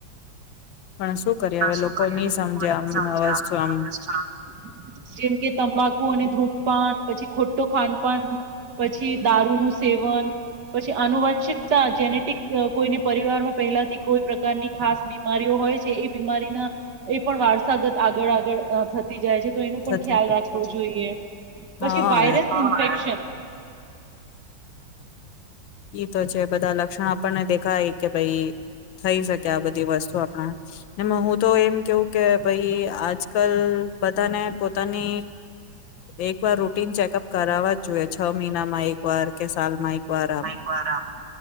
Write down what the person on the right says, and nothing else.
શું
કર્યું
હું
પણ
સમમ જેમ કે તંબાકુ અને ધૂમપાન પછી ખોટું ખાનપાન પછી દારૂનુંું સેવન પછી આનુવંશિકતા જેનેટિક કોઈને પરિવારમાં પહેલાથી કોઈ પ્રકારની ખાસ બીમારીઓ હોય છે એ બીમારીના એ પણ વારસાગત આગળ આગળ થતી જાય છે. તો એનો પણ
ખ્યાલ રાખવો જોઈએ પછી
વાયરસ ઇન્ફેક્શન
બરાબર.